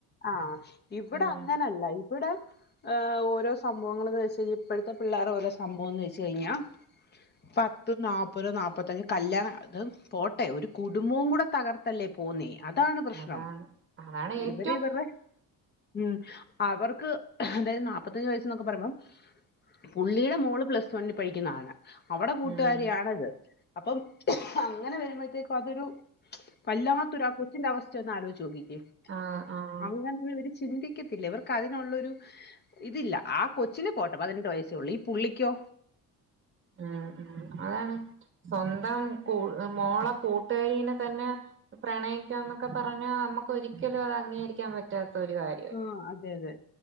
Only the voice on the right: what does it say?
ഉം
അതാണ് അതാണ് ഏറ്റ
ഉം
ആഹ ആഹ
ഉം ഉം. അതാണ്. സ്വന്തം ക മോള കൂട്ടുകരിനെ തന്നെ. പ്രണയിക്കാം എന്നൊക്കെ പറഞ്ഞാ നമുക്ക് ഒരിക്കലും അത് അംഗീകരിക്കാൻ പറ്റാത്ത ഒരു കാര്യം.